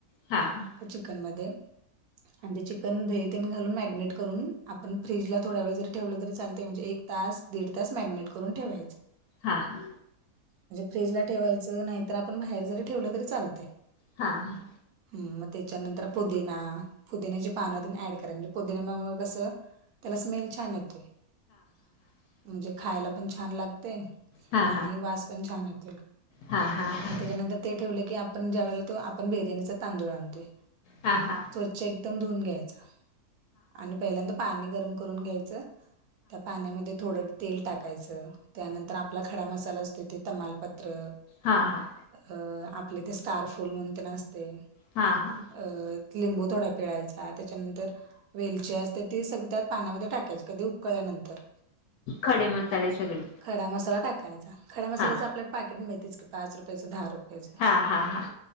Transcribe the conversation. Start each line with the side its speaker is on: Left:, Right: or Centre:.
Left: हा हा
Right: चिकन मध्ये आणि ते चिक तेन दही तेन घालून मॅग्नेट करून, आपण फ्रीजला थोडा वेळ जर ठेवलं तरी चालते म्हणजे एक तास- दीड तास मॅगिनेट करून ठेवायचे.
Left: हा हा
Right: फ्रीजला ठेवायचं, नाहीतर आपण बाहेर जरी ठेवलं तरी चालतय.
Left: हा हा
Right: हम्म मग त्याच्यानंतर पुदिना, पुदिन्याची पानं तेन ऍड करायची म्हण पोदिन्यामुळं मा म कसं, त्याला स्मेल छान येतोय. म्हणजे खायला पण छान लागते
Left: हा हा
Right: आणि वास पण छान ये तोय
Left: हा हा हा हा
Right: मग त्याच्यानंतर ते ठेवलं की, आपण ज्यावेळेला आपण बिर्याणीचा तांदूळ आणतोय.
Left: ह हा
Right: चं एकदम धुवून घ्यायच आणि पहिल्यांदा पाणी गरम करून घ्यायचं त्या पाण्यामध्ये थोडं तेल टाकायचं, त्यानंतर आपला खडा मसाला असतोय ते तमाल पत्र
Left: हां हां.
Right: अ आपले ते स्टारफुल म्हणून तेन असतय
Left: हा हा.
Right: अ लिंबू थोडा पिळायचा त्याच्यानंतर वेलची असते ती सगळी त्यात पाण्यामध्ये टाकायची कधी उकळल्यानंतर.
Left: खडे मसाले सगळे.
Right: खडा मसाला टाकायचा, खडा मसाल्याच
Left: हा
Right: आपल्याला पाकीट मिळतेच की पाच रुपयाचं दहा रुपयाचं.
Left: हा हा हा.